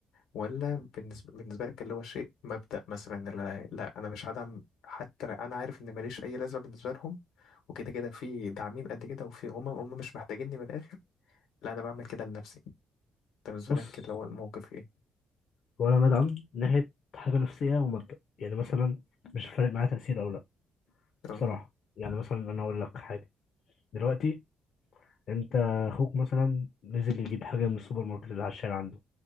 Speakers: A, on the left; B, on the left.
A: ولا بالنسبه بالنسبه لك اللي هو شيء مبدأ مثلا إن لا, لا انا مش هدعم حتى لو انا عارف ان ماليش اي لازمه بالنسبه لهم وكده كده في داعمين قد كده وفي هم هم مش محتاجيني من الاخر لا انا بعمل كده لنفسي انت بالنسبه
B: بص
A: لك اللي هو الموقف ايه
B: وانا بدعم ناحيه حاجه نفسيه ومبدا يعني مثلا مش فارق معايا تاثير او لا
A: اه
B: بصراحه يعني مثلا انا اقول لك حاجه دلوقتي انت اخوك مثلا نزل يجيب حاجه من السوبر ماركت اللي على الشارع عنده